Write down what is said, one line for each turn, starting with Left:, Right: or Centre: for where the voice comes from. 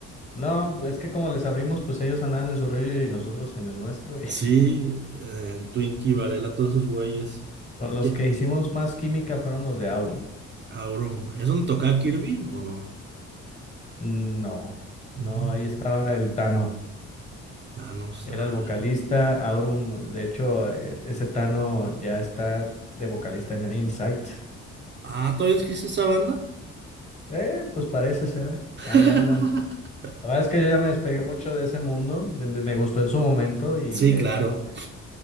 Left: No, es que como les abrimos, pues ellos andaban en su rollo y nosotros en el nuestro. y
Right: Sí,
Left: <laughs>
Right: eh, el Twinkie, Varela, todos esos güeyes.
Left: con los
Right: ¿Qué?
Left: que hicimos más química fueron los de Aurum.
Right: Aurum, ¿es donde tocaba Kirby o no?
Left: No,
Right: No,
Left: no, ahí estaba el Tano.
Right: ah, no sabe.
Left: Era el vocalista. Aurum, de hecho, eh, ese Tano ya está de vocalista en Insight.
Right: Ah, ¿todavía existe esa banda?
Left: Eh, pues parece ser.
Right: <laughs>
Left: Ahí andan. La verdad es que yo ya me despegué mucho de ese mundo. de- me gustó en su momento y
Right: Sí,
Left: le
Right: claro.
Left: echamos ganas.